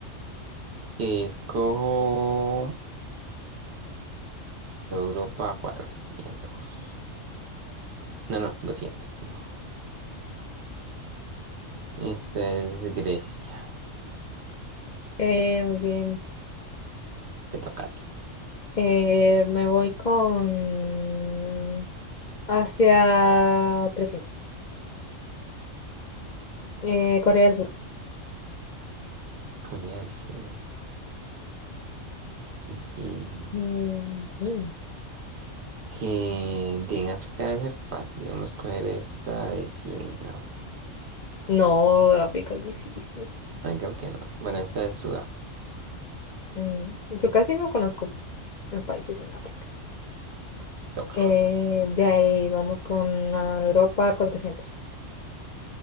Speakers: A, on the right; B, on the left.
A: Escojo Europa cuatrocientos No, no, doscientos No. Esta es Grecia.
B: Eh, muy bien.
A: Te toca a ti.
B: Eh, me voy con Asia trescientos Eh, Corea del Sur.
A: Corea del Sur. Muy bien.
B: Mm, Bien.
A: Eh, de en África debe ser fácil. Vamos a coger esta de 100 en África.
B: No, África es difícil.
A: Ah, creo que no. Bueno, esta es Sudáfrica.
B: Mm, Yo casi no conozco eh, países en África.
A: Te toca.
B: Eh, de ahí vamos con ah, Europa cuatrocientos.